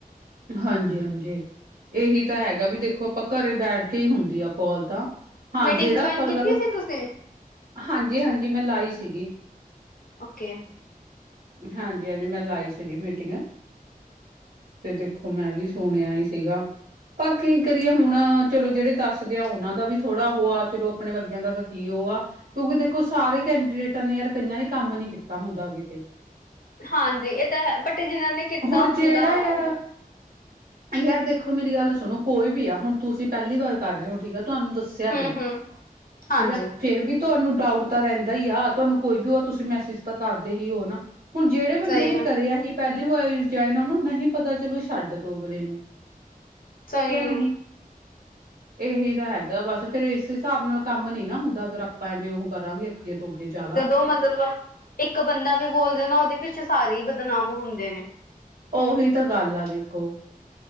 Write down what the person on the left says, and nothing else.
ਮੀਟਿੰਗ
ਜੁਆਇਨ
ਕੀਤੀ
ਸੀ ਤੁਸੀਂ
ਓਕੇ।
ਹਾਂਜੀ ਇਹ ਤਾਂ ਹੈ ਬਟ ਜਿਹਨਾਂ ਨੇ ਕੀਤਾ
ਹੁੰਦਾ
ਉਹ।
ਹਮ
ਹਮ ਹਾਂਜੀ
ਸਹੀ
ਹੈ
ਸਹੀ
ਹੈ
ਉਹ ਮਤਲਬ ਵਾ। ਇੱਕ ਬੰਦਾ ਵੀ ਬੋਲਦਾ ਨਾ ਉਹਦੇ ਪਿੱਛੇ ਸਾਰੇ ਹੀ ਬਦਨਾਮ ਹੁੰਦੇ ਨੇ।